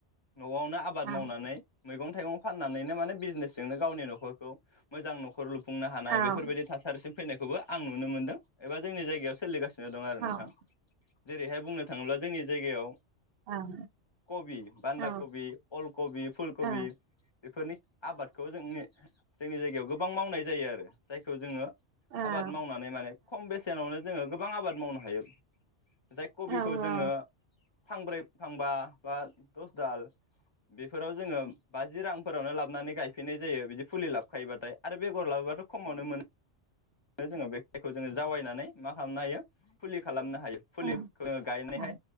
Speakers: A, on the left; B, on the right.
A: न'आवनो आबाद
B: ओं
A: मावनानै मैगं थाइगं फाननानैनो माने बिजनेसजोंनो गावनि न'खर मोजां न'खर लु खुंनो हानाय
B: ओं
A: बेफोरबायदि थासारिसिम फैनायखौबो आं नुनो मोनदों एबा जोंनि जायगायाव सोलिगा दं आरो
B: ओं
A: नोंथां जेरैहाय बुंनो थाङोब्ला जोंनि जायगायाव
B: ओं औ
A: कबि, बान्दा
B: औ
A: कबि, अलकबि, फुलकबि
B: औ
A: बेफोरनि आबादखौ जोंनि जोंनि जायगायाव गोबां मावनाय जायो आरो जायखौ जोङो
B: ओं
A: आबाद मावनानै माने खम बेसेनावनो गोबां आबाद मावनो हायो जाय कबिखौ
B: औ ओं
A: जोङो
B: औ
A: फांब्रै फांबा बा दस दाल बेफोराव जोङो बाजि रां फोरावनो लाबानै गायफिननाय जायो बिदि फुलि लाबखायोबाथाय आरो बे बेगर लाबोबाथखमावनो मोनो बेखौ जोङो जावायनानै मा खालामनो हायो फुलि खालामनो हायो फुलिखो
B: ओं
A: जोङो गायनायहाय
B: ओं